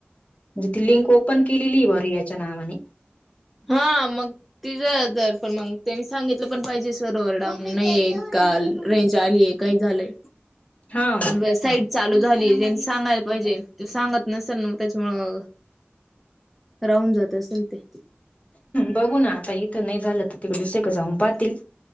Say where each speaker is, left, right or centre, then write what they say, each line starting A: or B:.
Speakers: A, on the left (about 35°); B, in the centre.
A: म्हणजे ती लिंक ओपन केलेली बॉ रीयाच्या नावाने.
B: हा मग तिज जर पण मग त्यांनी सांगितलं पण पाहिजे सर ओवर डाऊन नाही ये काल रेंज आली ये. काही झालंय.
A: हा
B: व साईट चालू झालीये त्यांनी सांगायला पाहिजे ते सांगत नसेल न. त्याच्यामुळं राहून जात असेल ते.
A: बघू ना आता इथं नाही झालं तर तिकडे दुसरीकड जाऊन पाहतील